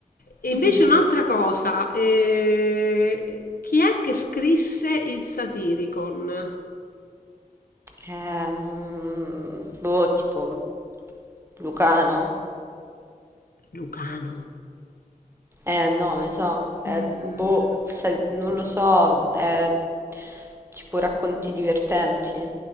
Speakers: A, on the left; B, on the right.
A: E invece
B: Mhm.
A: un'altra cosa, eh, chi è che scrisse il Satiricon?
B: Eh, non... Boh, tipo... Lucano?
A: Lucano.
B: Eh, no, mi sa. Eh,
A: Mm,
B: boh, sai, non lo so. Eh, tipo racconti divertenti.